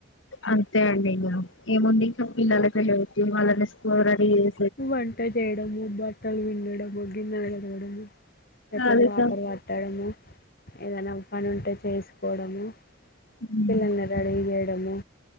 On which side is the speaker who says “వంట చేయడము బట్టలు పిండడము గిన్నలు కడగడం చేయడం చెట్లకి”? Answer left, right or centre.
Left